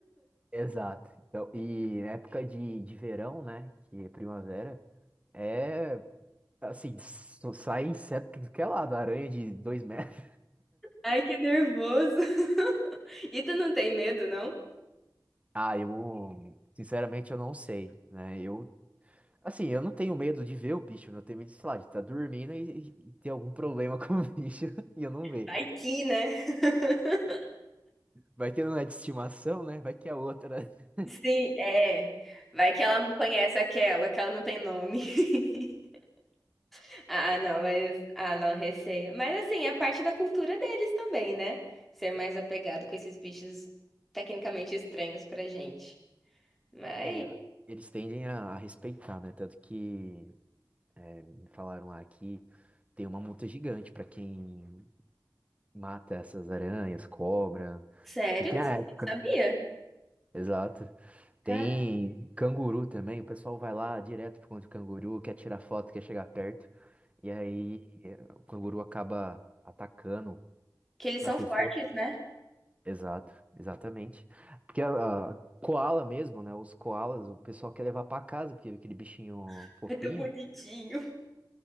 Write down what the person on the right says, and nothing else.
Exato. Então, e época de, de verão, né? Que é primavera, é assim, só sai inseto que que é lá, da aranha de dois metros.
Ah, eu sinceramente eu não sei, né? Eu Assim, eu não tenho medo de ver o bicho, eu tenho medo, de, sei lá, de estar dormindo e, e ter algum problema <laughs> com o bicho <laughs> e eu não ver.
Vai que não é de estimação, né? Vai que é outra. <laughs>
É, eu- eles tendem a, a respeitar, né? Tanto que me falaram "Ah, aqui tem uma multa gigante pra quem mata essas aranhas, cobra,
porque tem
a
época,
exato. Tem
canguru também, o pessoal vai lá direto pro contra o canguru, quer tirar foto, quer chegar perto. E aí eh, o canguru acaba atacando
A
pessoa.
Exato, exatamente. Porque a, a koala mesmo, né? Os koalas, o pessoal quer levar pra casa, porque é aquele bichinho
fofinho.